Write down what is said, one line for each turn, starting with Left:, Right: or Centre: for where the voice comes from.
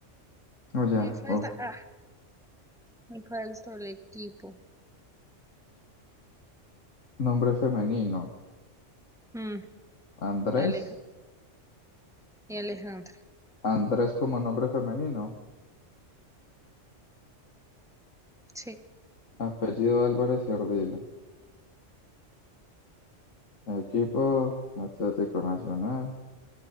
Left: Oh, ya.
Centre: me falta,
Left: uf.
Centre: ah, me falta el equipo.
Left: Nombre femenino.
Centre: Mm,
Left: Andrés.
Centre: Aleja- y Alejandra.
Left: Andrés como nombre femenino,
Centre: Sí,
Left: apellido Álvarez y Ardila, equipo Atlético Nacional,